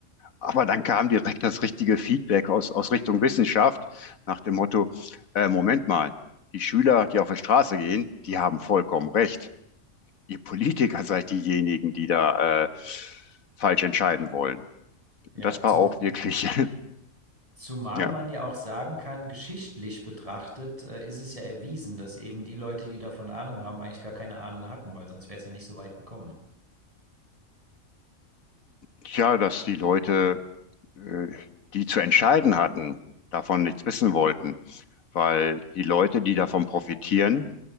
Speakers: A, on the left (about 75°); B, on the right (about 25°).
A: Aber dann kam direkt das richtige Feedback aus, aus Richtung Wissenschaft nach dem Motto, äh, Moment mal, die Schüler, die auf die Straße gehen, die haben vollkommen recht ihr Politiker seid diejenigen, die da äh, falsch entscheiden wollen.
B: Ja,
A: Das
B: zum,
A: war auch wirklich, <laughs>
B: Zumal
A: ja,
B: man ja auch sagen kann, geschichtlich betrachtet, äh, ist es ja erwiesen, dass eben die Leute, die davon Ahnung haben, eigentlich gar keine Ahnung hatten, weil sonst wäre es ja nicht so weit gekommen.
A: tja, dass die Leute, äh, die zu entscheiden hatten, davon nichts wissen wollten, weil die Leute, die davon profitieren,